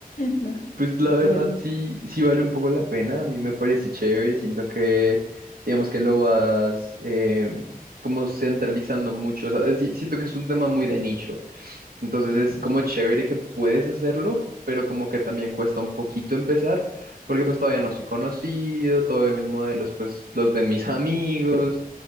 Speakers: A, on the left; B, on the right.
A: ¿No?
B: Pues la
A: Qué tremendo.
B: verdad sí, sí vale un poco la pena. A mí me parece chévere. Siento que, digamos que lo vas eh, como centralizando mucho. O sea, si- siento que es un tema muy de nicho. Entonces es
A: Ujú,
B: como chévere que puedes hacerlo, pero como que también cuesta un poquito empezar, porque pues todavía no soy conocido, todavía mis modelos pues los ven mis <laughs> amigos